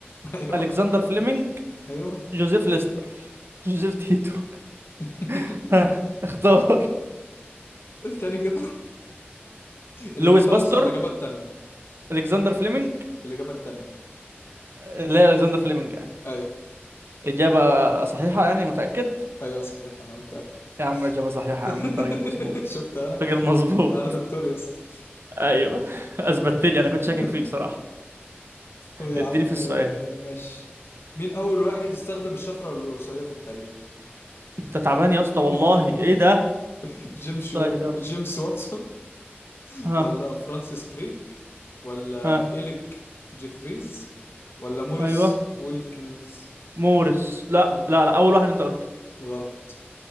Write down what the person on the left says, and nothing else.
ايوه
ايوه
<laughs>
التاني كده الإجابة
أصلا الإجابة التانية
الإجابة التانية
أيوه
أيوه صحيح أنا متأكد
<laughs>
شفت أنا
أنا دكتور يا اسطى
<laughs>
طب يا
عم
آه، ماشي مين أول واحد استخدم الشفرة الوراثية في التاريخ
<laughs>
جيمس
جيمس واتسون
ولا فرانسيس كريك ولا
إليك جيفريز ولا موريس
ويلكنز
<laughs> لا،
غلط